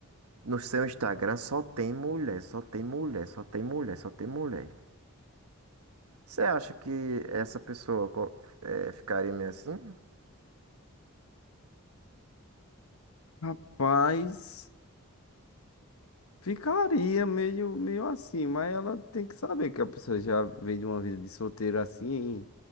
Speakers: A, on the right (about 80°); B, on the left (about 75°).
A: No seu Instagram só tem mulher, só tem mulher, só tem mulher, só tem mulher. Você acha que essa pessoa co- eh, ficaria meio assim?
B: Rapaz, ficaria meio, meio assim, mas ela tem que saber que a pessoa já vem de uma vida de solteiro assim,